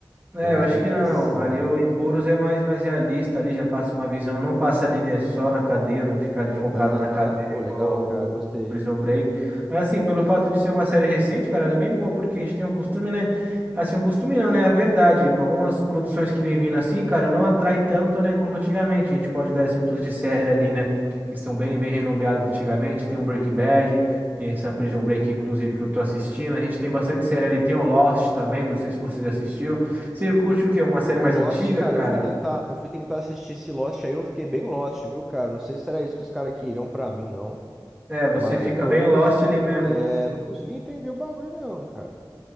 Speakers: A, on the right; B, in the centre.
A: É,
B: já é mais
A: eu acho
B: bem
A: que
B: ficção
A: não. Ali
B: mesmo.
A: o Empuros é mais, mais realista, ali já passa uma visão, não passa ali, né, só na cadeia, não fica ali focado
B: Aham,
A: na cadeia
B: Pô,
A: igual
B: legal, cara,
A: o,
B: gostei.
A: o Prison Break. Mas assim, pelo fato de ser uma série recente, cara, ela é bem boa, porque a gente tem um costume, né, assim, um costume não, né, a verdade, algumas produções que vem vindo assim, cara, não atrai tanto, né, quanto antigamente. A gente pode dar exemplos de série ali, né, que são bem, bem renomeadas antigamente, tem o Breaking Bad, tem essa Prison Break, inclusive, que eu tô assistindo, a gente tem bastante série ali, tem o Lost também, não sei se vocês assistiram você curte o quê? Uma série
B: O
A: mais
B: Lost,
A: antiga,
B: cara,
A: cara?
B: eu fui tentar, eu fui tentar assistir esse Lost aí, eu fiquei bem Lost, viu, cara? Não sei se era isso que os caras queriam pra mim, não.
A: É, você
B: Mas,
A: fica
B: pô,
A: bem
B: eu não
A: lost
B: consegui,
A: ali
B: ent-
A: mesmo.
B: é, não consegui entender o bagulho, não, cara.